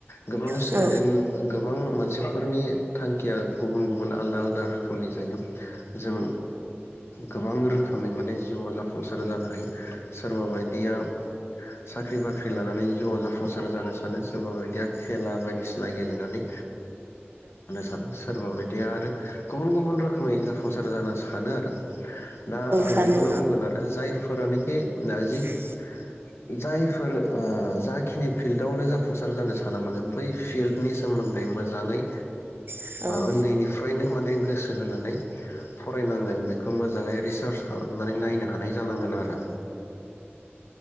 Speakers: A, on the left; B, on the right.
A: गोबां स्टुडेन्ट।
B: औ औ
A: गोबां मानसिफोरनि। थांखिया गुबुन गुबुन आलदा आलदा रोखोमनि जायो। जों गोबां रो रोखोमै माने जिउआव जाफुंसार जानो हायो। सोरबा बायदिया। साख्रि बाख्रि लानानै जिउआव जाफुंसार जानो सानो सोरबा बायदिया। खेला बायदिसिना गेलेनानै। सानो सोरबा बायदिया आरो गुबुन गुबुन रोखोमै जाफुंसार जानो सानो आरो। दा आं
B: सानो
A: बेखौनो बुंगोन आरो जाय। फोरानोखि जि
B: औ
A: जायफोर जाखिनि फिल्डआवनो जाफुंसार जानो साना माने बै। फिल्डनि सोमोन्दै मोजाङै।
B: सोमोन्दै मोजाङै
A: उन्दैनिफ्रायनो माने गोसो होनानै फरायनांगोन बेखौ मोजाङै रिसार्च खालामनानै नायनो हानाय जानांगोन आरो